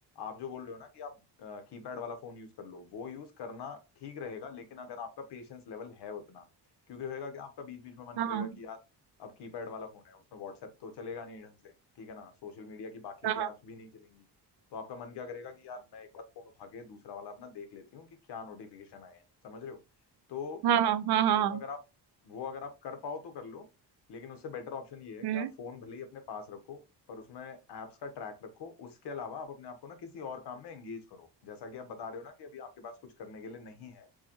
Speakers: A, on the left; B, on the right.
A: आप जो बोल रहे हो ना कि आप कीपैड वाला फोन यूज कर लो वो यूज करना ठीक रहेगा लेकिन अगर आपका पेशेंस लेवल है उतना क्योंकि होएगा कि आपका बीच बीच में मन
B: हाँ
A: करेगा
B: हाँ
A: कि यार अब कीपैड वाला फोन है उसमें व्हाट्सएप तो चलेगा नहीं ढंग से ठीक है ना सोशल मीडिया की बाकी
B: हाँ
A: के
B: हाँ
A: ऐप्स भी नहीं चलेंगी तो आपका मन क्या करेगा कि यार मैं एक बार फोन उठा के दूसरा वाला अपना देख लेती हूँ कि क्या नोटिफिकेशन आए हैं समझ रहे हो तो
B: हाँ हाँ हाँ हाँ हाँ,
A: वो अगर आप वो अगर आप कर पाओ तो कर लो लेकिन उससे बेटर ऑप्शन ये है
B: हम्म
A: कि आप फोन भले ही अपने पास रखो पर उसमें एप्स का ट्रैक रखो उसके अलावा आप अपने आप को ना किसी और काम में एंगेज करो जैसा कि आप बता रहे हो ना कि अभी आपके पास कुछ करने के लिए नहीं है